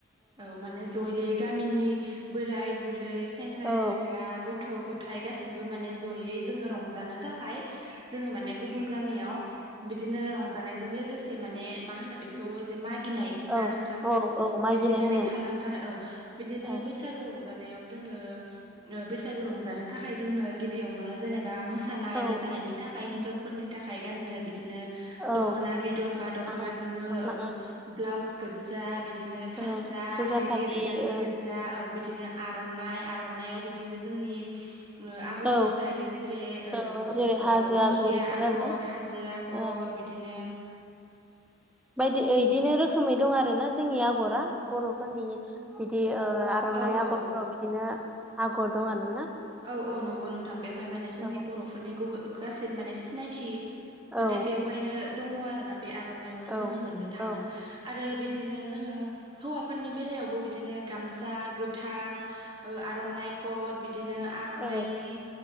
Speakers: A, on the right (about 25°); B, in the centre.
A: औ माने ज'यै गामिनि बोराय बुरै सेंग्रा
B: औ
A: सिख्ला गथ' गथाइ गासिबो माने जयै जोङो रंजानो थाखाय जोङो माने गुबुन गामियाव बिदिनो रंजानायजों लोगोसे माने मा होनो बेखौ जे मागिनाय ना
B: औ
A: नोंथां
B: औ औ मागिनाय
A: बिदि माने
B: होनो
A: खालामो आरो औ बिदिनो
B: औ
A: बै सागु रंजानायाव जोङो बैसागु रंजानो थाखाय जोंनो गिबियावनो जेनेबा मो थानाय
B: औ
A: मोसानायनि थाखाय हिनजावफोरनि थाखाय गाननो बिदिनो दख'ना
B: औ
A: बिदन बा दख'ना
B: ओं
A: गोमो
B: दख'ना
A: औ
B: ओं
A: ब्लाउस गोदजा बिदिनो फास्रा
B: ओं गोजा
A: रेगे
B: फालि
A: रेगांनि
B: ओं
A: गोदजा औ बिदिनो आर'ननाय आर'ननायाव बिदिनो जोंनि ओ आगरफोर
B: औ
A: थायो। जेरे
B: औ जेरै हाजो
A: ओ दिंखिया
B: आगर इफोर
A: आगर
B: आरोना
A: हाजो आगर
B: ओं
A: बिदिनो
B: बायदि एदिनो रोखोमै दं आरो ना जोंनि आगरा बर'फोरनि बिदि ओ आ र'नाइ
A: औ
B: आग'रफोराव
A: औ
B: बिदिनो आगर दं आरोना
A: औ औ नंगौ नोंथां बेवहाय माने जोंनि
B: औ
A: बर'फोरनि गुबै गासै माने सिनायथि माने
B: औ
A: बेवहायनो दङ आरोना बे आर'नाय आवनो
B: औ
A: जोङो मोननो थाङो
B: औ
A: आरो बिदिनो जोङो हौवाफोरनि बेलायावबो बिदिनो गामसा गोथां आर'नाइ कद बिदिनो आर'नाइनि
B: औ